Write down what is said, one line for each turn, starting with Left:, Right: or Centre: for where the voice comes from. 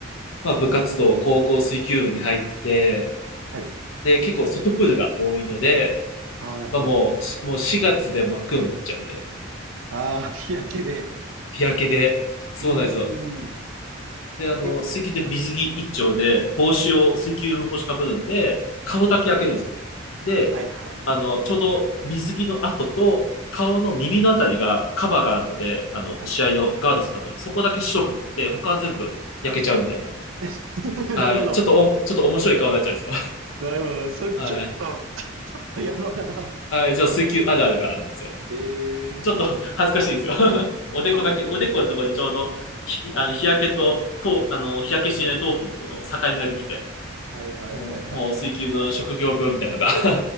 Left: まあ、部活動、高校水球部に入って、
Right: はい。
Left: で、結構外プールが多いので、
Right: ああ、なるほど。
Left: まあもう、しもう4月で真っ黒になっちゃうみたいな。
Right: ああ、日焼けで。
Left: 日焼けで。そうなんですよ。
Right: うーん。
Left: で、あの、
Right: え、
Left: 水球って水着一丁で、
Right: はい。
Left: 帽子を、水球用の帽子かぶるんで、顔だけ焼けるんですよ。で、
Right: はいはいはい。
Left: あの、ちょうど水着の跡と、顔の耳のあたりがカバーがあるので、あの、
Right: はい。
Left: 試合をガードするために、そこだけ白くなって、他は全部焼けちゃうみたいな。
Right: <laughs>
Left: はい。
Right: なるほど。
Left: ちょっとお、ちょっと面白い顔になっちゃうんですよ。
Right: なるほど。それちょっと
Left: <laughs> はい。
Right: <laughs> ちょっと嫌だな。
Left: はい。じゃあ、水球あるあるがあるんですよ。
Right: <laughs> えー、
Left: ちょっと
Right: え、
Left: <laughs> 恥ずかしいですよ。<laughs> おでこだけ、
Right: そうですよね。
Left: おでこのところにちょうど、ひあの日焼けと、とあの日焼けしていない頭皮のこの境目ができて、
Right: はいはいはいはい。
Left: もう、もう水球の職業病みたいなのが